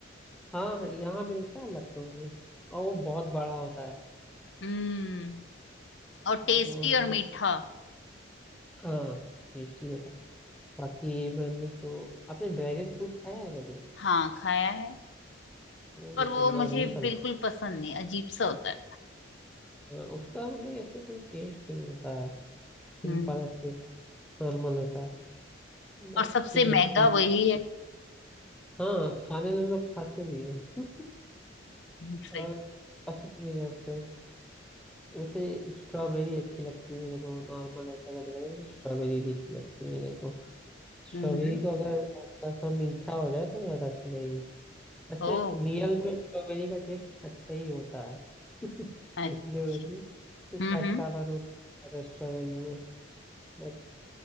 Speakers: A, in the centre; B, on the left.
A: हाँ यहाँ मिलता है लखनऊ में और वो बहुत बड़ा होता है
B: हम्म और टेस्टी
A: वो हमने
B: और मीठा
A: हाँ टेस्टी होता है बाकी मैंने तो आपने ड्रैगन फ्रूट खाया है कभी
B: हाँ खाया है
A: वो
B: पर
A: इतना
B: वो मुझे
A: अजीब सा
B: बिल्कुल पसंद नहीं अजीब सा होता है
A: लगता है उसका मतलब ऐसे कोई टेस्ट नहीं होता है सिंपल
B: हम्म
A: ऐसे नॉर्मल होता है बट
B: और सबसे
A: ठीक है
B: महंगा वही है <laughs>
A: हाँ खाने में हम लोग खाते भी हैं
B: सही
A: और पसंद भी करते हैं जैसे स्ट्रॉबेरी अच्छी लगती है मेरे को नॉर्मल ऐसा अगर देखा जाए तो स्ट्रॉबेरी भी अच्छी लगती है मेरे को
B: हम्म
A: स्ट्रॉबेरी को अगर थोड़ा सा मीठा हो जाए तो ज्यादा अच्छी लगेगी वैसे
B: ओ
A: रियल में स्ट्रॉबेरी का टेस्ट खट्टा ही होता है <laughs>
B: अच्छा
A: जो होती है, उससे
B: हम्म
A: खट्टापन
B: हम्म,
A: होता है स्ट्रॉबेरी में बट